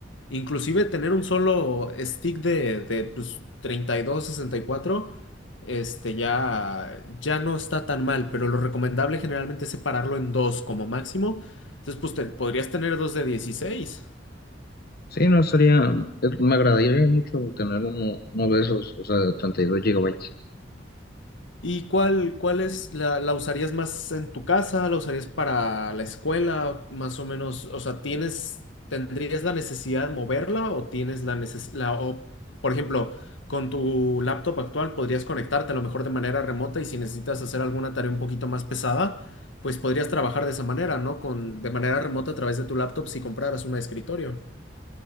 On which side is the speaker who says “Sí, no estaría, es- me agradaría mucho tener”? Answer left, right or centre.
Left